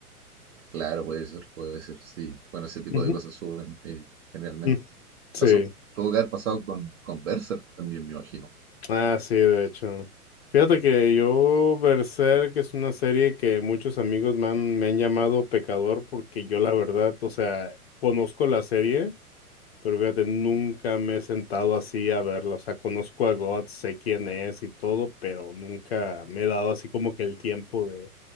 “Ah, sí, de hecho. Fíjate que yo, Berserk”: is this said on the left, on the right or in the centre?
Left